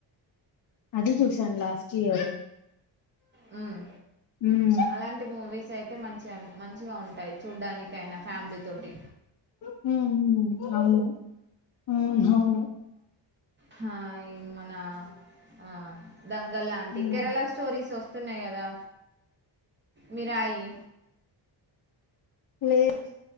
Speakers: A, on the left; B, on the right.
A: అది చూసాను లాస్టీయరు
B: హ్మ్
A: ఉమ్
B: అలాంటి మూవీస్ అయితే మంచిగా మంచిగా ఉంటాయి చూడ్డానికి అయినా ఫ్యామ్లీతోటి.
A: హు అవ్ను హు అవ్ను
B: హా ఇది మన ఆ దంగల్ లాంటి,
A: ఉమ్
B: కేరళ స్టోరీస్ ఓస్తున్నాయి కదా. మీరాయి
A: లేద్